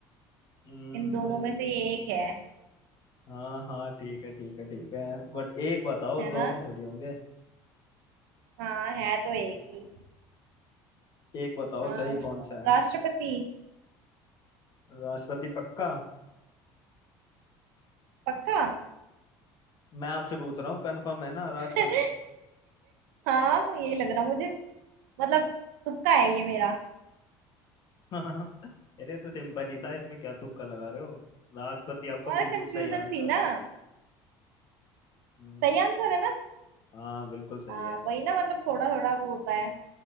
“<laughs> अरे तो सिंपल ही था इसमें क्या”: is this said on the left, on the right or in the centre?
Left